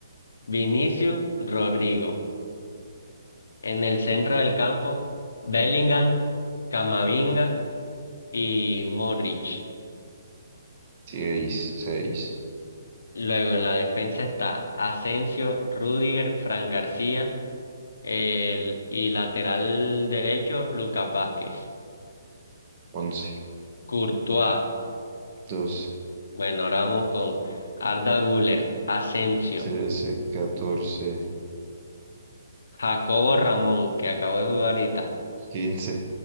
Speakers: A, on the left (about 80°); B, on the right (about 35°).
A: Vinicius Rodrigo. En el centro del campo, Bellingham, Camavinga y Modric.
B: seis 6,
A: Luego en la defensa está Asensio, Rudiger, Fran García el, y lateral derecho Lucas Vázquez.
B: 11,
A: Courtois,
B: 12,
A: bueno, ahora vamos con Arda Güler, Asensio,
B: 13, 14,
A: Jacobo Ramón, que acabó de jugar ahorita,
B: 15.